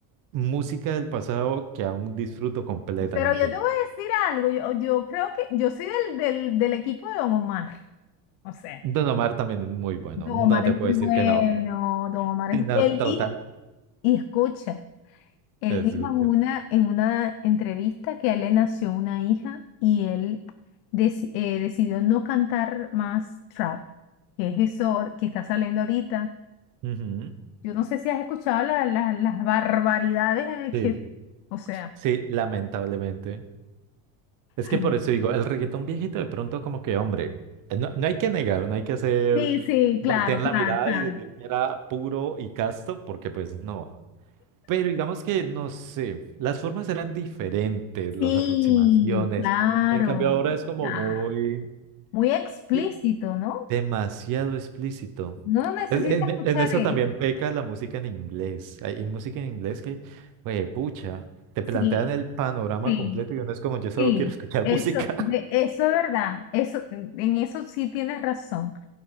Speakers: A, on the right; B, on the left.
A: música del pasado que aún disfruto completamente.
B: Pero yo te voy a decir algo, yo, yo creo que yo soy del, del, del equipo de Don Omar, o sea,
A: Don Omar también es muy bueno,
B: Don
A: no
B: Omar
A: te
B: es
A: puedo
B: muy
A: decir
B: bueno,
A: que no.
B: Don Omar
A: Sino
B: es... Él
A: total,
B: dijo, y escucha, él
A: escucho.
B: dijo en una, en una entrevista que a él le nació una hija y él deci- eh, decidió no cantar más trap, que es eso que está saliendo ahorita.
A: Ujú.
B: Yo no sé si has escuchado la- la- las barbaridades eh,
A: Sí,
B: que, o sea,
A: sí, lamentablemente. Es que
B: ay,
A: por eso digo, el reggaetón viejito de pronto como que, hombre, eh, no, no hay que negar, no hay que hacer,
B: sí, sí,
A: voltear
B: claro, claro,
A: la mirada
B: claro.
A: y decir que era puro y casto, porque pues no. Pero digamos que, no sé, las formas eran diferentes,
B: Sí,
A: las aproximaciones.
B: claro.
A: En cambio ahora es como
B: Ah,
A: muy,
B: muy explícito,
A: sí,
B: ¿no?
A: demasiado explícito.
B: No necesita
A: Es- En,
B: escuchar
A: en eso
B: eso.
A: también peca la música en inglés. Hay, hay música en inglés que, güey, pucha, te
B: Sí,
A: plantean el panorama
B: sí,
A: completo y uno es como, yo solo
B: sí.
A: quiero escuchar
B: Eso,
A: música.
B: de, eso es verdad. Eso, en eso sí tienes razón.